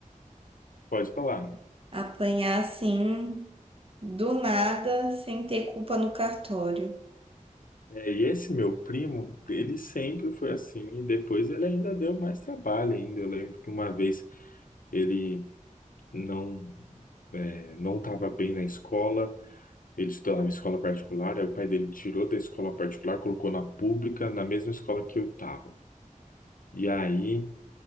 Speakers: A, on the left; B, on the right.
A: pode falar, né?
B: apanhar assim, do nada, sem ter culpa no cartório.
A: é, e esse meu primo, ele sempre foi assim, e depois ele ainda deu mais trabalho ainda. Eu lembro que uma vez ele não é, não estava bem na escola, ele estudava em escola particular, aí o pai dele tirou da escola particular, colocou na pública, na mesma escola que eu estava. E aí